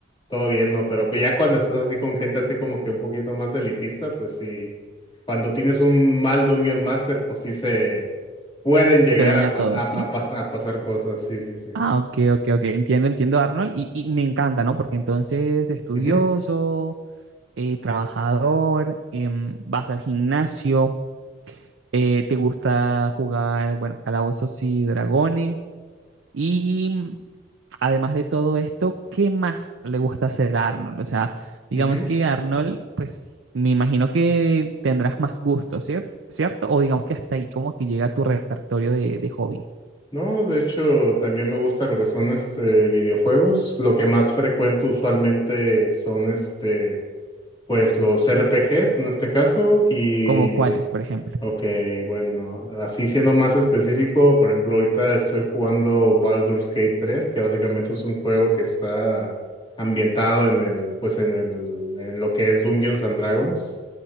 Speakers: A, on the left; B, on the right.
A: Todo bien, ¿no? Pero pues ya cuando estás así con gente así como que un poquito más elitista, pues sí, cuando tienes un mal Dungeon Master, pues sí se pueden llegar
B: se daña
A: a, pas-
B: todo,
A: a,
B: ¿sí?
A: a pas- a pasar cosas, sí, sí, sí.
B: Ah, ok, ok, ok, entiendo, entiendo, Arnold, y, y me encanta, ¿no? Porque entonces, estudioso,
A: Ujú,
B: eh, trabajador, em, vas al gimnasio, eh, te gusta jugar, bueno, calabozos y dragones, y... además de todo esto, ¿qué más le gusta hacer a Arnold? O sea, digamos
A: ujú.
B: que Arnold, pues me imagino que tendrás más gusto, ¿cier- ¿cierto? O digamos que hasta ahí como que llega tu repertorio de, de hobbies,
A: No, de hecho, también me gusta lo que son este videojuegos. Lo que más frecuento usualmente son este, pues los RPGs en este caso, y
B: como cuáles, por ejemplo.
A: Ok, bueno, así siendo más específico, por ejemplo, ahorita estoy jugando Baldur's Gate tres, que básicamente es un juego que está ambientado en el, pues en el, en lo que es Dungeons and Dragons.